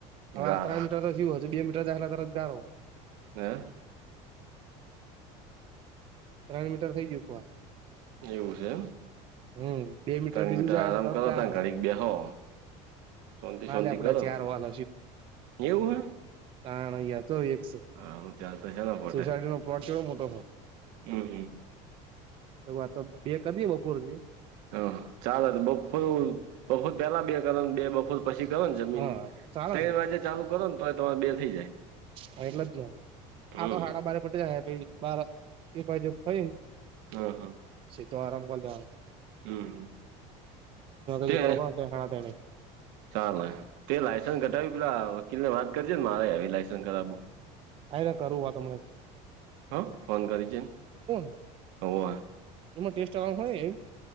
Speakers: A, on the right; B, on the right.
A: હવે
B: હા
A: આ ત્રણ મીટર તોયું બે મીટર જ તરત ગારો.
B: <inaudible>
A: ત્રણ મીટર થઈ ગયું હતું આ.
B: એવું છે
A: હમ બે મીટર
B: એમ
A: બીજું
B: આરામ
A: જાય એટલે તરત
B: કરો
A: ગારો
B: ત ગાડી બેહો. શાંતિ
A: ના
B: શાંતિ
A: લે આપડા
B: કરો
A: ચાર વાલ
B: એવું હ?
A: કારણયા ચો એક સ.
B: હા હું ચાલતો છે પોતે
A: સોસાયટી નો પ્લોટ કેવો મોટો હોય
B: હમ હમ.
A: એ વાતો બે કદી બપોરથી
B: હા ચાલ બપોરે બપોરે પેલા બે કર બે <unintelligible> પછી કરો ને જમીન
A: હા ચાલે
B: ત્રણ
A: ને
B: વાગે ચાલુ કરો ને તો તમારે બે થઈ જાય.
A: હા એટલે જ ન
B: હમ
A: આ તો સાડા બારે પટે જાય બાર એક બાજુ ખાઈ ને
B: હા હા.
A: <unintelligible>
B: હમ. તે
A: જે ચાલું હણા તેને
B: ચાલે તે લાયસન્સ ઘટાવી પેલા વકીલ ને વાત કરજે ને મારે આવી લાયસન્સ કરાવુ.
A: હા કરું વાત અમને.
B: હં ફોન કરી છે
A: ને
B: હો.
A: એમાં ટેસ્ટ આ હોય એમ.